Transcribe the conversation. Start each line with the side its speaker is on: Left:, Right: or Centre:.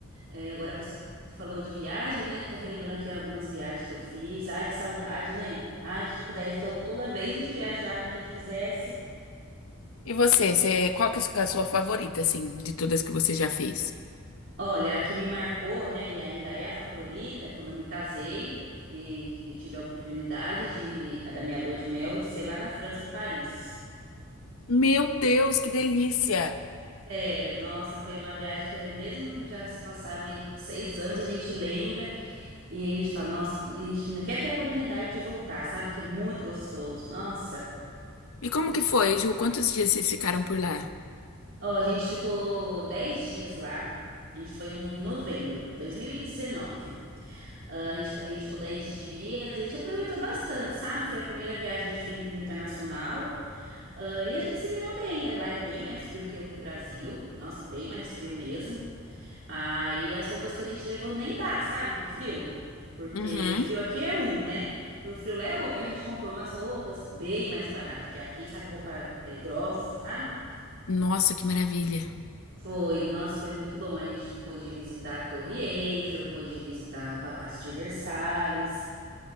Right: é, agora você falou de viagem, né? Tô relembrando aqui algumas viagens que eu fiz. Ai, que saudade, né? Ai, se pudesse to- toda vez a gente viajar quando a gente quisesse.
Left: E você, você, qual que é a sua favorita, assim, de todas que você já fez?
Right: Olha, a que me marcou, né, e ainda é a favorita, é quando eu me casei e, e tive a oportunidade de, da minha lua de mel ser lá na França, em Paris.
Left: Meu Deus, que delícia!
Right: Sério, nossa, foi uma viagem que mesmo já se passaram aí seis anos, a gente lembra e ainda a gente fala, nossa, a gente ainda quer ter a oportunidade de voltar, sabe? Que é muito gostoso, nossa.
Left: E como que foi, Ju? Quantos dias vocês ficaram por lá?
Right: Ó, a gente ficou dez dias lá, a gente foi no, em novembro, 2019. Ah, A gente, a gente ficou 10 dias, a gente aproveitou bastante, sabe? Foi a primeira viagem que a gente fez internacional, ah, e a gente se virou bem. Lá é bem mais frio que, o- que o Brasil, nossa, bem mais frio mesmo. Aí as roupas que a gente levou nem dá, sabe, pro frio, porque
Left: Uhum.
Right: o frio aqui é um, né? O frio lá é outro. A gente comprou umas roupas bem mais barato que aqui, sabe? Roupa eh, grossa, sabe?
Left: Nossa, que maravilha.
Right: Foi, nossa, foi muito bom. A gente pôde visitar a Torre Eiffel, pôde visitar o Palácio de Versalhes.